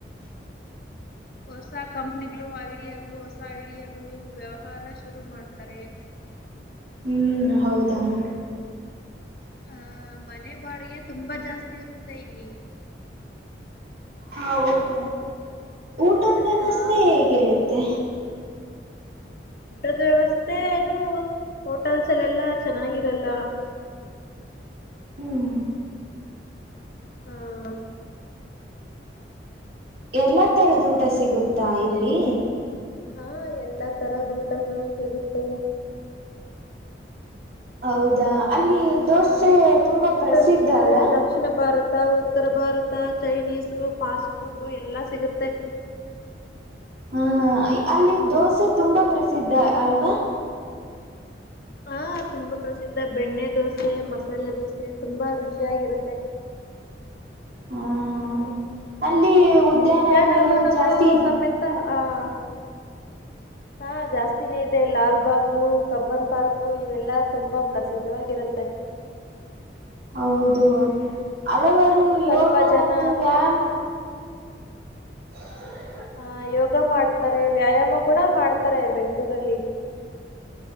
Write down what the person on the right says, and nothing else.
ಹ್ಮ್ ಹೌದಮ್ಮ
ಹೌದ ಊಟದ ವ್ಯವಸ್ಥೆ
ಹೇಗಿರುತ್ತೆ
ಹ್ಮ್
ಎಲ್ಲ ತರದ ಊಟ ಸಿಗುತ್ತಾ ಇಲ್ಲಿ
ಹೌದಾ
ಅಲ್ಲಿ
ದೋಸೆ ತುಂಬಾ
ಪ್ರಸಿದ್ಧ
ಅಲ್ಲ
ಹ್ಮ ಅಲ್ಲಿ ದೋಸೆ ತುಂಬಾ ಪ್ರಸಿದ್ಧ ಅಲ್ವಾ
ಹ ಹಾ
ಅಲ್ಲಿ ಉದ್ಯಾನಗಳು
ಜಾಸ್ತಿ ಇದ್
ಹೌದು ಹಲವರುು
ಯೋಗ
ಮತ್ತು ವ್ಯಾಮ್ ಹ